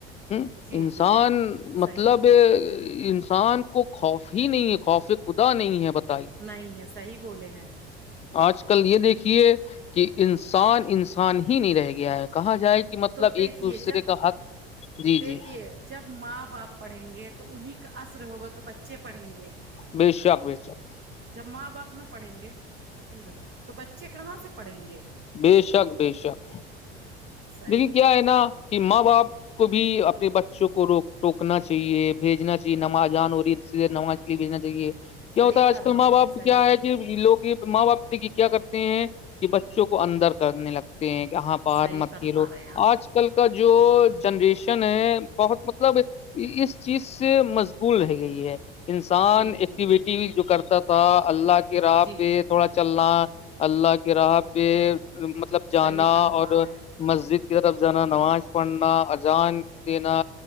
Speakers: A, on the left; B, on the right.
A: ہ
B: جی
A: انسان
B: جی صحیح
A: مطلب
B: بول رہے
A: انسان کو خوف ہی نہیں ہے خوف خدا نہیں ہے بتا
B: نہیں ہے صحیح بولے ہیں
A: آج کل یہ دیکھیے کہ انسان انسان ہی نہیں رہ گیا ہے کہا جائے کہ مطلب مطلب
B: تو دیکھیے
A: ایک دوسرے
B: جب
A: کا حق جی
B: دیکھیے
A: جی
B: جب ماں باپ پڑھیں گے تو انہیں کا اثر ہوگا تو بچ بچے پڑھیں گے
A: بے شک بے شک
B: جب ماں باپ نہ پڑھیں گے <unintelligible> صحی بتا تو بچے کہاں سے پڑھیں گے
A: ب شک بے شک
B: صحیح
A: دیکے کیا ہے نا کہ ماں باپ کو بھی اپنے بچوں کو روک ٹوکنا چاہیے بھیجنا چاہیے نمازجان ہو رہی ہے اسے نمازلی بھیجنا چاہیے کیا
B: صحیح
A: ہوتا ہے آج
B: فرمائے
A: کل ماں باپ
B: ہیں صحیح
A: کیا ہے کہ
B: صحیح
A: لوگ ماں باپ کہ کیا کرتے ہیں کہ بچوں کو اندر کرنے لگتے ہیں کہ ہاں پار
B: صحیح
A: مت
B: فرما
A: کھیلو
B: رہے ہیں آپ
A: آج کل کا جو
B: جی
A: جنریشن ہے بہت مطلب اس چیز سے مشغول رہ گئی ہے انسان
B: جی
A: ایکٹیویٹی
B: جی جی
A: جو کرتا تھا اللہ کے راہ
B: جی
A: پہ تھوڑا چلنا اللہ کے راہ پہ مطلب جانا
B: صحیح فرما
A: اور
B: رہے ہیں
A: مسجد کی طرف جانا نماز پڑھنا اجان دینا